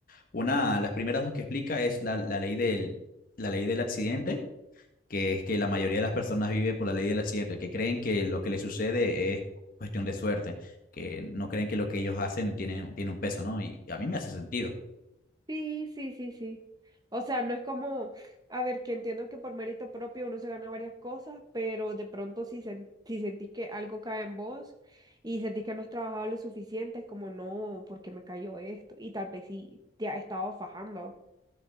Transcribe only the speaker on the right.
Sí, sí, sí, sí. O sea, no es como, a ver, que entiendo que por mérito propio uno se gana varias cosas, pero de pronto si, sen- si sentís que algo cae en vos y sentís que no has trabajado lo suficiente, es como, no, ¿por qué me cayó esto? Y tal vez sí te has estado fajando.